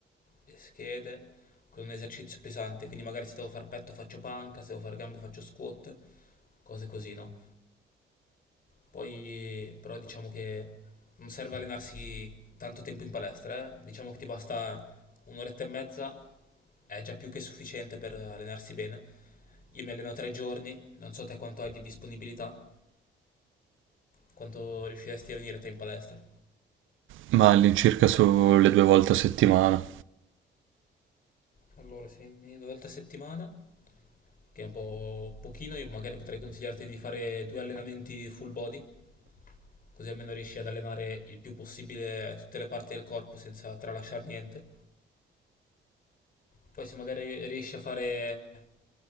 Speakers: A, on the left; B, on the right.
A: le schede con un esercizio pesante, quindi magari se devo far petto faccio panca, se devo far gambe faccio squat, cose così, no? Poi però diciamo che non serve allenarsi tanto tempo in palestra, eh? Diciamo che ti basta un'oretta e mezza, è già più che sufficiente per allenarsi bene. Io mi alleno tre giorni, non so te quanto hai di disponibilità, quanto riusciresti a venire te in palestra.
B: Ma all'incirca sulle due volte a settimana.
A: Allora, se vieni due volte a settimana, che è un po' pochino, io magari potrei consigliarti di fare due allenamenti full body, così almeno riesci ad allenare il più possibile tutte le parti del corpo senza tralasciare niente. Poi se magari riesci a fare